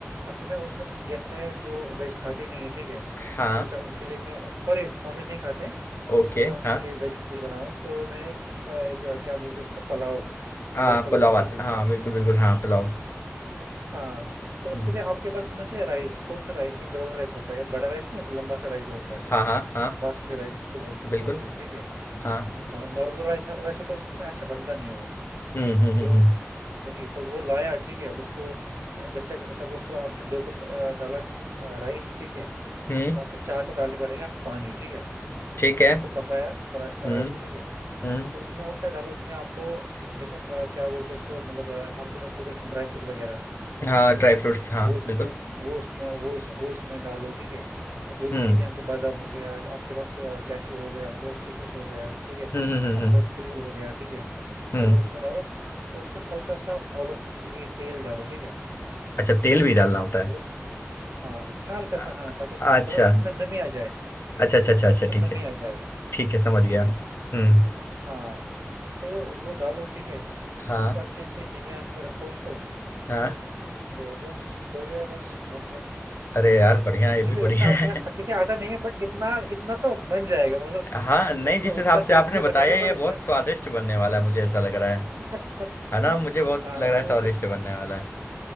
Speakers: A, on the right (about 70°); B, on the left (about 50°).
A: असल में उसमें कुछ गेस्ट हैं जो वेज खाते ही नहीं है ठीक है
B: हाँ
A: सोचा उनके लिए मैं सॉरी नॉनवेज नहीं खाते हैं
B: ओके
A: सोचा उनके
B: हाँ
A: लिए वेज कुछ बनाऊं तो मैंने एक, अ, एक, अ, क्या बोलते हैं इसको पुलाव
B: हाँ
A: वेज पुलाव
B: पुलाव
A: जिसको
B: आता
A: बोलते
B: हाँ
A: हैं
B: बिल्कुल बिल्कुल हाँ पुलाव
A: हाँ तो
B: हम्म,
A: उसके लिए आपके पास होना चाहिए राइस कौन सा राइस एक ब्राउन राइस होता है बड़ा राइस नहीं होता लंबा सा राइस जो होता है
B: हाँ हाँ हाँ
A: बासमती राइस जिसको बोल,
B: बिल्कुल
A: बोलते हैं हम ठीक है
B: हाँ
A: हाँ नॉर्मल राइस राइस होता है उसमें अच्छा बनता नहीं है वो
B: हम्म हम्म
A: तो
B: हम्म हम्म
A: वही तो वो लाया ठीक है उसको अ, जैसे सपोज करो आपने दो कप अ, डाला अ, राइस ठीक है तो
B: हम्म,
A: आपको चार कप डालने पड़ेंगे आप पानी ठीक है
B: ठीक है
A: उसको पकाया रा,
B: हम्म
A: राइस को ठीक है
B: हम्म
A: तो उसमें वो क्या डालो उसमें आपको जैसे अ, क्या बोलते हैं उसको मतलब अ, आपके पास होते हैं ड्राई फ्रूट वगैरह
B: हाँ
A: ठीक
B: ड्राई
A: है
B: फ्रूट्स हाँ
A: वो उसमें
B: बिल्कुल
A: वो उसमें वो उस, वो उसमें डालो ठीक है जो
B: हम्म
A: भी चीज़ें आपके बादाम हो गया आपके पास अ, कैशू हो गया आपके पास किशमिश हो गया ठीक है
B: हम्म हम्म हम्म
A: आपके
B: हम्म
A: पास खजूर हो गया ठीक है
B: हम्म,
A: तो वो उसमें डालो और उसमें हल्का सा ऑल ये तेल डालो ठीक है
B: अच्छा तेल
A: ठीक
B: भी
A: है
B: डालना होता है
A: वो हाँ हल्का
B: अ-
A: सा हाँ ताकि उसमें
B: अच्छा
A: थोड़ा उसमें न- नमी आ जाए
B: अच्छा अच्छा
A: उसमें
B: अच्छा अच्छा
A: नम, थोड़ा
B: ठीक
A: नमी
B: है
A: आ जाए
B: ठीक है समझ गया
A: ठीक है
B: हम्म
A: हाँ तो वो डालो ठीक है
B: हाँ
A: उसको अच्छे से धीमी आंच पे रखो उसको
B: हाँ
A: तो बस हो गया बस बन गया
B: अरे यार बढ़िया ये
A: मुझे
B: भी बढ़िया
A: उतना अच्छा
B: है
A: अच्छे से आता नहीं है बट इतना इतना तो बन जाएगा
B: हाँ
A: मतलब
B: नहीं जिस हिसाब
A: <laughs> उतना
B: से आपने
A: टेस्ट नहीं
B: बताया
A: बनेगा
B: ये
A: बट
B: बहुत
A: बन,
B: स्वादिष्ट बनने वाला है मुझे ऐसा लग रहा है
A: <laughs>
B: है ना मुझे बहुत
A: हाँ
B: लग रहा
A: तो
B: है स्वादिष्ट
A: फिर
B: बनने वाला है